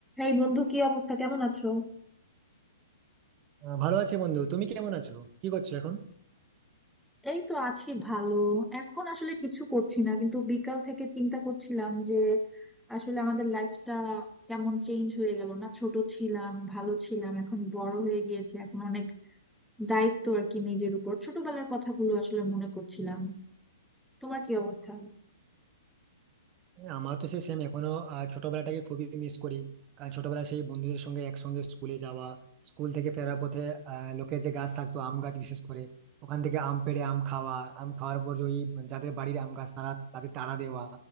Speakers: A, in the centre; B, on the right.
A: এই বন্ধু কি অবস্থা কেমন আছো
B: আহ, ভালো আছি বন্ধু তুমি কেমন আছো কি করছো এখন
A: এই তো আছি ভালো এখন আসলে কিছু করছি না কিন্তু বিকাল থেকে চিন্তা করছিলাম যে আসলে আমাদের লাইফটা কেমন চেঞ্জ হয়ে গেল না ছোট ছিলাম ভালো ছিলাম এখন বড় হয়ে গিয়েছে এখন অনেক দায়িত্ব আর কি নিজের উপর ছোটবেলার কথাগুলো আসলে মনে করছিলাম তোমার কি অবস্থা আমি
B: এই, আমার তো সেই সেম এখনো আহ, ছোটবেলাটাকে খুবই মিস করি কারণ ছোটবেলায় সেই বন্ধুদের সঙ্গে একসঙ্গে স্কুলে যাওয়া স্কুল থেকে ফেরার পথে আহ, লোকের যে গাছ থাকতো আম গাছ বিশেষ করে ওখান থেকে আম পেড়ে আম খাওয়া আম খাওয়ার পর যে ওই যাদের বাড়ির আম গাছ তারা তাদের তাড়া দেওয়া